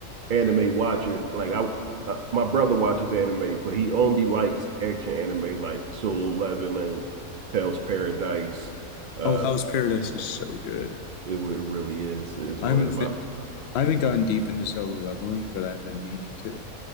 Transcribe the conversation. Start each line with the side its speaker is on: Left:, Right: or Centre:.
Right: anime watcher. Like I, uh, my brother watches anime, but he only likes action anime like Solo Leveling, Hell's Paradise. Um,
Left: Oh, Hell's Paradise is so good.
Right: it, re- really is. It's
Left: I
Right: one
Left: haven't
Right: of
Left: fin-
Right: my
Left: I haven't gone deep into solo leveling, but I've been meaning to.